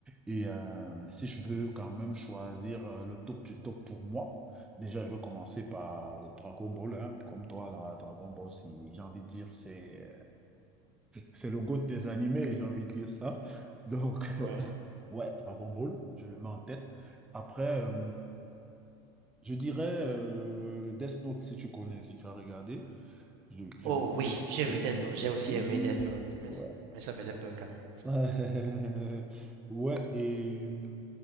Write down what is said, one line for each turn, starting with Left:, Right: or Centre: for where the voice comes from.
Centre: Et euh, si je veux quand même choisir euh, le top du top pour moi, déjà, je veux commencer par Dragon Ball, hein. Comme toi, là, Dragon Ball, c'est- j'ai envie de dire, c'est euh, c'est le GOAT des animés, j'ai envie de dire ça. Donc,
Right: Ouais.
Centre: <laughs> euh, ouais, Dragon Ball, je le mets en tête. Après, euh, je dirais euh, Death Note, si tu connais, si tu as regardé. Je, je
Right: Oh
Centre: mettrais
Right: oui, j'ai
Centre: Death
Right: vu Death
Centre: Note
Right: Note, j'ai
Centre: aussi.
Right: aussi aimé Death Note, mais,
Centre: Ouais.
Right: mais ça faisait peur quand même.
Centre: Euh, <laughs> Ouais, et euh,